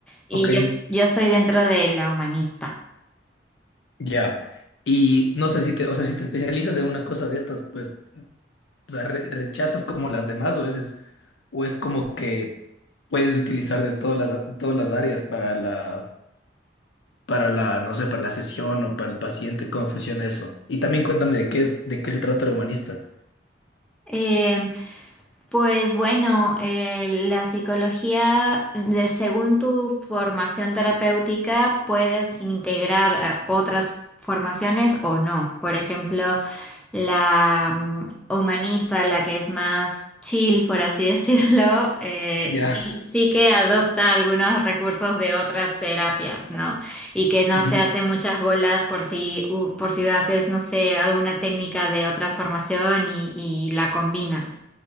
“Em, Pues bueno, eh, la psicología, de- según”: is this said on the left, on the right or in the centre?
Centre